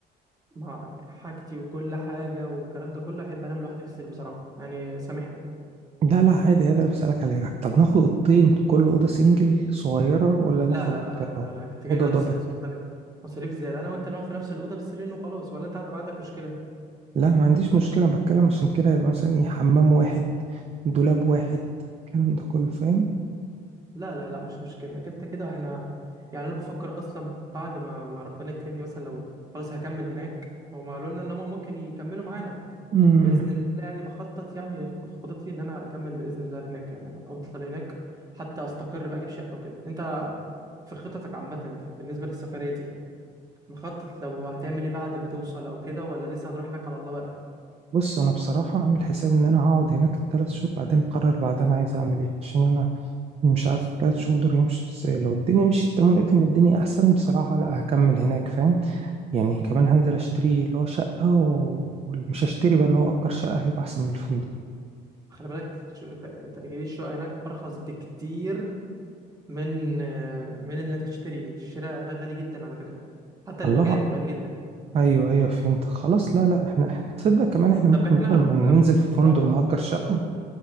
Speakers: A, on the right (about 20°); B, on the right (about 35°).
A: مع حاجتي وكل حاجه والكلام ده كله احب انام لوحدي في السرير بصراحه يعني سامحني
B: لا لا عادي عادي أنا بسألك على إيه رأيك طب ناخد أوضتين كل أوضة سنجل صغيرة ولا ناخد
A: لا لا لا لا لا
B: آه،
A: لا لا كنت كده
B: أوضة دبل؟
A: تصحيح مصاريف مصاريف زياده انا وانت نقعد في نفس الاوضه بالسرير وخلاص ولا انت عندك عندك مشكله
B: لا ما عنديش مشكلة بتكلم عشان كده يبقى مثلا ايه حمام واحد دولاب واحد الكلام ده كله فاهم
A: لا لا لا مش مشكله كده كده احنا يعني انا بفكر اصلا بعد ما ما ربنا يكرمني مثلا لو خلاص هكمل هناك هما قالوا لنا ان هما ممكن يكملوا معانا
B: مم.
A: باذن الله يعني بخطط يعني خطتي ان انا اكمل باذن الله هناك يعني افضل هناك حتى استقر بقى اجيب شقه وكده انت في خططك عامه في- بالنسبه للسفريه دي مخطط لو هتعمل ايه بعد ما توصل او كده ولا لسه هنروح هناك على الله بقى
B: بص انا بصراحة عامل حساب ان انا هقعد هناك الثلاث شهور بعدين اقرر بعدين عايز اعمل ايه عشان انا مش عارف الثلاث شهور دول هيمشوا ازاي لو الدنيا مشيت تمام لقيت ان الدنيا احسن بصراحة لا هكمل هناك فاهم يعني كمان هنزل اشتري اللي هو شقة و- ومش هشتري بقى اللي هو اجر شقة هيبقى احسن من الفندق
A: خلي بالك ش- ت- تأجير الشقه هناك ارخص بكتير من آه، من اللي انت تشتري الشراء هناك غالي جدا على فكره حتى الاجانب
B: الله
A: غالي جدا
B: ايوه ايوه فهمت خلاص لا لا احنا احنا تصدق كمان احنا ممكن
A: طب احنا
B: بدل ما ننزل
A: طب
B: في
A: بالراحه
B: فندق نأجر
A: بس
B: شقة